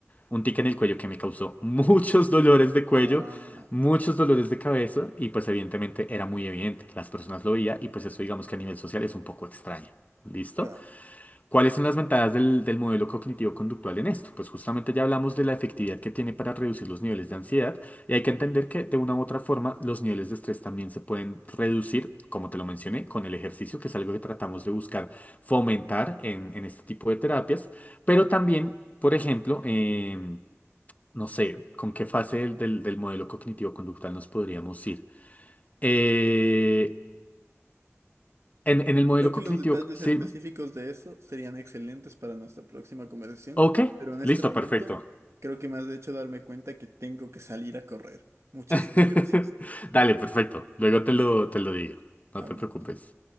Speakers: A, on the left; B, on the right.
A: Un tic en el cuello que me causó muchos <laughs> dolores de cuello
B: Ah,
A: muchos dolores de cabeza y pues evidentemente era muy evidente, las personas lo veían y pues eso digamos que a nivel social es un poco extraño. ¿Listo?
B: claro.
A: ¿Cuáles son las ventajas del, del modelo cognitivo-conductual en esto? Pues justamente ya hablamos de la efectividad que tiene para reducir los niveles de ansiedad y hay que entender que de una u otra forma los niveles de estrés también se pueden reducir, como te lo mencioné, con el ejercicio, que es algo que tratamos de buscar fomentar en, en este tipo de terapias, pero también, por ejemplo, em, no sé, con qué fase del, del- del modelo cognitivo-conductual nos podríamos ir. Eh, en, en
B: Bueno,
A: el modelo
B: creo que
A: cognitivo,
B: los detalles
A: sí,
B: específicos de eso serían excelentes para nuestra próxima conversación,
A: ok,
B: pero en este
A: listo,
B: momento
A: perfecto.
B: creo que me has hecho darme cuenta que tengo que salir a correr. Muchísimas
A: <laughs>
B: gracias.
A: Dale, perfecto. Luego te
B: Perfecto,
A: lo, te lo digo. No
B: hablamos.
A: te preocupes.